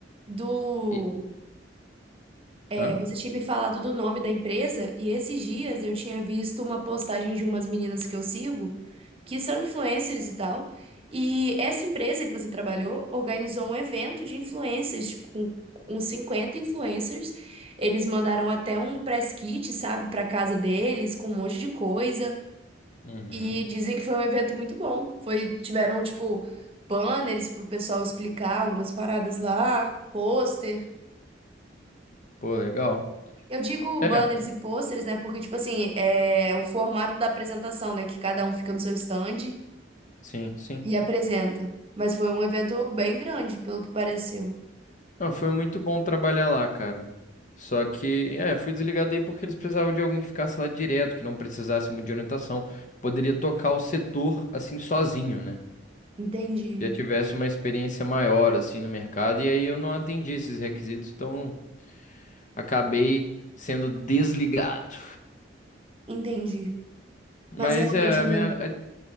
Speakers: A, on the right; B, on the left.
A: do.
B: E.
A: é,
B: Hã?
A: você tinha me falado do nome da empresa, e esses dias eu tinha visto uma postagem de umas meninas que eu sigo, que são influencers e tal. E essa empresa que você trabalhou organizou um evento de influencers, tipo, com uns 50 influencers. Eles mandaram até um press kit, sabe, para casa deles, com um monte de coisa.
B: Uhum.
A: E dizem que foi um evento muito bom. Foi, tiveram, tipo, banners pro pessoal explicar algumas paradas lá, pôster.
B: Pô, legal.
A: Eu digo
B: É,
A: banners e pôsteres, né? Porque, tipo assim, é o formato da apresentação, né? Que cada um fica no seu stand
B: sim, sim.
A: e apresenta. Mas foi um evento bem grande, pelo que pareceu.
B: Não, foi muito bom trabalhar lá, cara. Só que, é, fui desligado aí porque eles precisavam de alguém que ficasse lá direto, que não precisasse muito de orientação, que poderia tocar o setor assim sozinho, né?
A: Entendi,
B: Já tivesse uma experiência maior assim no mercado, e aí eu não atendi esses requisitos, então acabei sendo desligado.
A: entendi.
B: Mas
A: Mas realmente,
B: é, a
A: né?
B: minha, é,